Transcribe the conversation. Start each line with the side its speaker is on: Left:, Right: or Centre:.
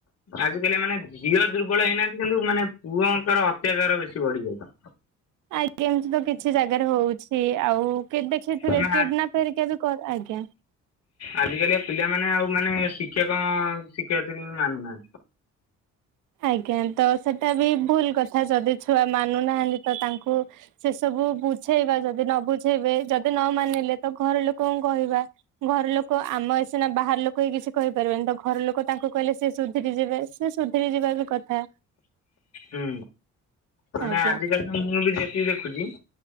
Left: ଆଜି କାଲି ମାନେ ଝିଅ ଦୁର୍ବଳ ହେଇନାହାନ୍ତି କିନ୍ତୁ ମାନେ ପୁଅଙ୍କର ଅତ୍ୟାଚାର ବେଶୀ ବଢିଯାଇଛି?
Right: ଆଜ୍ଞା ଏମିତି ତ କିଛି ଜାଗାରେ ହଉଛି ହି ଆଉ କେବେଚି
Left: କାହିଁକିନା
Right: ଥିବେ କିଡନାପ୍ ଫେରିକା ବି ଆଜ୍ଞା
Left: ଆଜି କାଲି ଆ ପିଲାମାନୋନେ ଆଉ ମାନେ ଶିକ୍ଷକ ଶିକ୍ଷୟିତ୍ରୀ କୁ ମାନୁନାହାନ୍ତି।
Right: ଆଜ୍ଞା ତ ସେଟା ବି ଭୁଲ କଥା ଯଦି ଛୁଆ ମାନୁନାହାନ୍ତି ତ ତାଙ୍କୁ ସେ ସବୁ ବୁଝେଇବା ଯଦି ନ ବୁଝେଇବେ ଯଦି ନ ମାନିଲେ ତ ଘର ଲୋକଙ୍କୁ କହିବା। ଘର ଲୋକ ଆମ ଏ ସିନା ବାହାର ଲୋକ ହି କିଛି କହିପାରିବେନି ତ ଘର ଲୋକ ତାଙ୍କୁ କହିଲେ ସି ସୁଧୁରରି ଯିବେ, ସେ ସୁ ଧୁରି ଯିବା ବି କଥା।
Left: ହୁଁ ମାନେ
Right: ଆଜ୍ଞା
Left: ଆଜିିକାଲି ମୁଁ ବି ଯେତିକି ଦେଖୁଛି